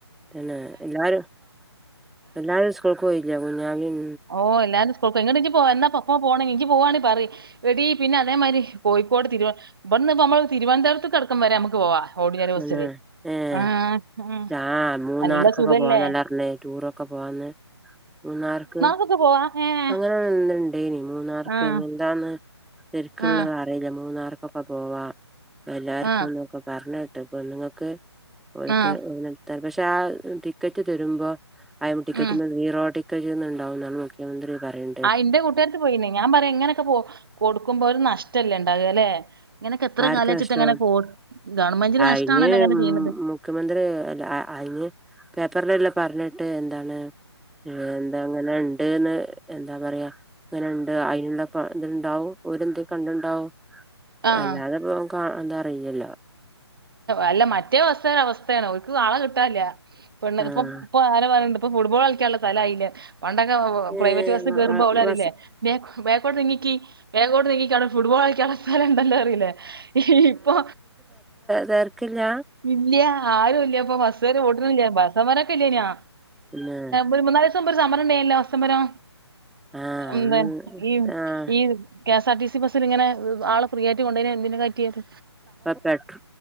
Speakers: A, in the centre; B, on the right.
A: തന്നെ എല്ലാരും എല്ലാരും സ്കൂൾക്ക് പോയില്ലേ കുഞ്ഞാവിം
B: ഓഹ് എല്ലാരും സ്കൂൾക്ക് പോയി ഇന്നിട്ട് ഇജ്ജ് പോ എന്നാപ്പൊ ഇപ്പൊ പോണെങ്കിൽ ഇജ്ജ് പോവാണെ പറിയ്. എടീ പിന്നെ, അതേമാതിരി കോഴിക്കോട് തിരുവ ഇബട്ന്ന് ഇപ്പൊ നമ്മള് തിരുവനന്തരത്ത്ക്ക് അട്ക്കം വരെ നമ്മക്ക് പോവാ. ഓടിനാര് ബസ്സില്
A: തന്നെ ഏഹ്,
B: ആഹ് ഉം
A: ആഹ് മൂന്നാർക്കൊക്കെ
B: നല്ല സുഖല്ലേ
A: പോവാന്നല്ലേ പർഞ്ഞെ ടൂറൊ ക്ക പോവാന്ന് മൂന്നാർക്ക്
B: മുക്ക് പോവാ ഏഹ്
A: അങ്ങനെ എന്നുണ്ടേനി മൂന്നാർക്ക്,
B: ആഹ്
A: ഇഞ്ഞ് എന്താന്ന് ശെരിക്ക്ള്ളത്
B: ആഹ്
A: അറി <unintelligible> മൂന്നാർക്കൊക്കെ പോവാ എല്ലാർക്കുംന്നൊക്കെ
B: ആഹ്
A: പർഞ്ഞേട്ട് പെണ്ണ്ങ്ങക്ക് ഓൽക്ക്
B: ആഹ്
A: ഓത്ത പക്ഷെ ആ ടിക്കറ്റ് തരുമ്പോ അയ ടിക്കറ്റ
B: ഉം
A: നീറോ ഒക്കെ ചെയ്യുന്നുണ്ടാവുന്നാണ് മുഖ്യമന്ത്രി പറയുന്നത്
B: ആ ഇന്റെ കൂട്ടാർത്തി പോയിന് ഞാൻ പറയാ ഇങ്ങനൊക്കെ പോ കൊടുക്കുമ്പോ ഒരു നഷ്ടല്ലേ ഇണ്ടാവ ല്ലേ ഇങ്ങനൊക്കെ എത്ര
A: ആർക്കാ
B: കാലം വെച്ചിട്ട്ങ്ങനെ
A: നഷ്ടം
B: ഗവൺമെന്റിന്
A: അയിന്
B: നഷ്ടമാണല്ലോ അങ്ങനെ
A: ഉം
B: ചെയ്യണത്
A: മുഖ്യമന്ത്രി അയിന് പേപ്പറിലെല്ലാം പറഞ്ഞിട്ട് എന്താണ് ആഹ് എന്താ അങ്ങനെ ന്ന് എന്താ പറയാ അങ്ങനെ ഉണ്ട് അയ്നുള്ള ഇത്ണ്ടാവും ഓലെന്തേലും കണ്ടിണ്ടാവും
B: ആഹ്
A: അല്ലാതെപ്പ എന്താ അറിയില്ലല്ലോ
B: അല്ല മറ്റേ ബസ്സാരെ അവസ്ഥയാണ് ഓൽക്ക് ആളെ കിട്ടാല്ല്യ പെണ്ണ്
A: ആഹ്
B: ഇപ്പൊ ഇപ്പൊ ആര പറയണ്ട് ഇപ്പൊ ഫുട്ബോൾ കളിക്കാനുള്ള സ്ഥലയില്ലേ പണ്ടൊക്കെ പ്രൈവറ്റ്സ്
A: ഏഹ് വ
B: കയറുമോ
A: വ
B: അവള
A: ബസ്
B: അറില്ലേ ബേ ബേക്കോടീണിക്കി ബേക്കോട്ടീങ്ങിക്കി അവിടെ ഫുട്ബോൾ കളിക്കാനുള്ള സ്ഥലം ഉണ്ടല്ലോ ല്ലേ ഇപ്പൊ
A: തെർക്കില്ല
B: ഇല്ല ആരും ഇല്ല ഇപ്പൊ ബസ്സാര് ഓട്നില്ല ബസ്സമരൊക്കെ ഇല്ലേനാേ
A: പിന്നെ
B: പിന്ന മ് ര സമരം ഉണ്ടല്ലേ അവസമരം
A: ആഹ്
B: എന്ത ഈ
A: അത് ആഹ്
B: ഈ K S R T C ബസ്ൽ ഇങ്ങനെ ആള് ഫ്രീ ആയ്ട്ട് കൊണ്ട എന്തിന കറ്റിയത്
A: പെപ്പ്ക്ക്